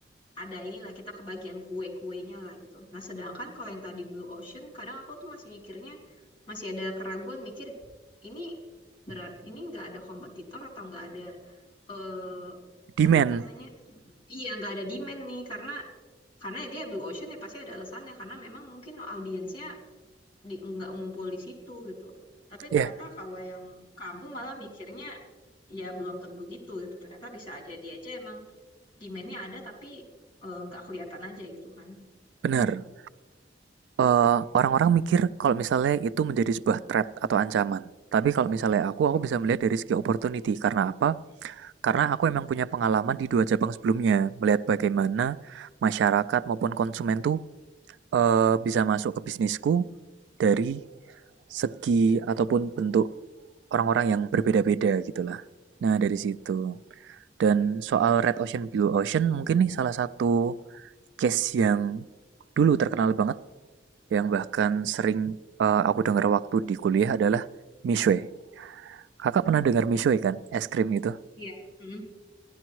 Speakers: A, on the left; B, on the right.
A: ada inilah kita kebagian kue-kuenya lah gitu. Nah, sedangkan kalau yang tadi Blue Ocean, kadang aku tuh masih mikirnya masih ada keraguan mikir ini berat ini nggak ada kompetitor atau nggak ada eh,
B: Demand.
A: apa namanya? Iya, nggak ada demand nih karena karena ya dia Blue Ocean ya pasti ada alasannya karena memang mungkin audiensnya di, nggak ngumpul di situ gitu. Tapi
B: Ya,
A: ternyata
B: yeah,
A: kalau yang kamu malah mikirnya ya belum tentu gitu gitu. Ternyata bisa aja dia aja emang demand-nya ada tapi eh, nggak kelihatan aja gitu kan.
B: benar. Eh, orang-orang mikir kalau misalnya itu menjadi sebuah threat atau ancaman. Tapi kalau misalnya aku, aku bisa melihat dari segi opportunity. Karena apa? Karena aku emang punya pengalaman di dua cabang sebelumnya. Melihat bagaimana masyarakat maupun konsumen tuh eh, bisa masuk ke bisnisku dari segi ataupun bentuk orang-orang yang berbeda-beda gitulah Nah, dari situ. Dan soal Red Ocean, Blue Ocean mungkin nih salah satu case yang dulu terkenal banget yang bahkan sering eh, aku dengar waktu di kuliah adalah Mishwe. Kakak pernah dengar Mishwe kan? Es krim itu.
A: Iya. Mm.